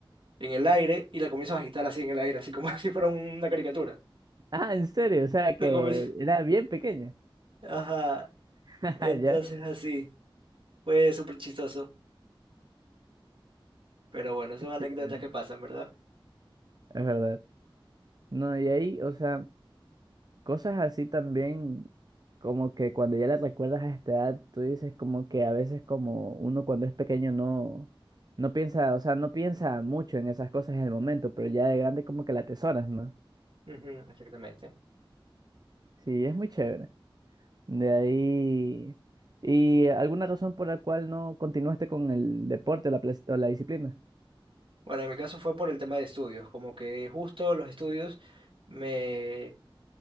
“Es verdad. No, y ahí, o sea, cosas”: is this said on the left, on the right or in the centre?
Right